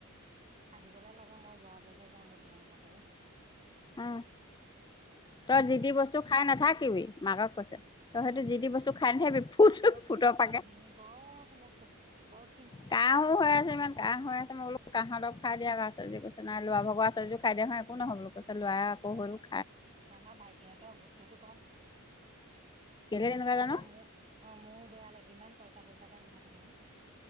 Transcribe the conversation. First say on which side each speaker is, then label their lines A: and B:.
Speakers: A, on the right (about 30°); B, on the left (about 20°).
A: আহিবলে লাগে মই যোৱাবাৰিলে যাম মধিয়াম খাবলৈ।
B: অ তই যিটি বস্তু খাই নাথাকিবি মাকক কৈছে তই সেইটো যিটি বস্তু খাই নাথাকিবি ফুট
A: তাই বৰ খিনাইছে
B: ফুটৰ পাকে
A: অ জিমি বৰ খিনাইছে বৰ ক্ষীণ।
B: কাহো হৈ আছে ইমান কাঁহ হৈ আছে মই বোলো কাঁহ দপ। খাই দিয়া <unintelligible> কছে নাই ল' ভগ আছে যো খাইয় দিয়া হয় একো নহয় বোলো। কৈছে লোৱাই আকৌ হ।
A: আমা ভাইটি হেতৰ গুত্বটো কম।
B: কেলে তেনেকুৱা জানো
A: এতিয়া মোৰ অ মোৰো বেয়া লাভিল ইমান পইচা পইচাকে নাথাকে নহয়।